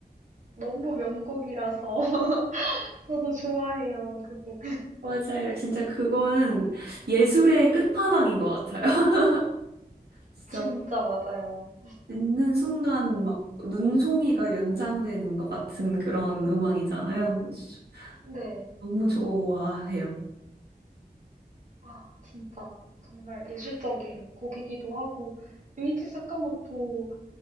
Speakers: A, on the right; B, on the right.
A: 너무 명곡이라서 <laughs> 저도 좋아해요, 그 곡.
B: 맞아요. 진짜 그거는 예술의 끝판왕인 것 같아요. <laughs> 진짜
A: 진짜 맞아요.
B: 듣는 순간 막 눈송이가 연상되는 것 같은 그런 음악이잖아요. 그래서 저-
A: 네.
B: 너무 좋아해요.
A: 아, 진짜 정말 예술적인 곡이기도 하고 루이치 사카모토